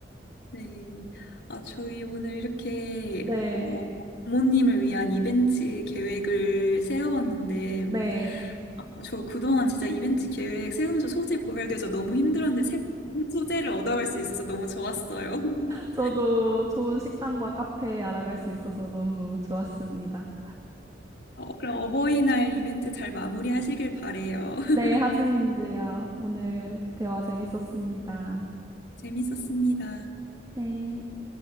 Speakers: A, on the left; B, on the right.
A: 네. 아, 저희 오늘 이렇게
B: 네,
A: 어, 부모님을 위한 이벤트 계획을 세워봤는데
B: 네.
A: 아, 저 그동안 진짜 이벤트 계획 세우면서 소재 고갈돼서 너무 힘들었는데 새로운 소재를 얻어갈 수 있어서 너무 좋았어요. <laughs>
B: 저도 좋은 식당과 카페 알아갈 수 있어서 너무 좋았습니다.
A: 어, 그럼 어버이날 이벤트 잘 마무리하시길 바래요. <laughs>
B: 네, 하진님도요. 오늘 대화 재밌었습니다.
A: 재밌었습니다.
B: 네.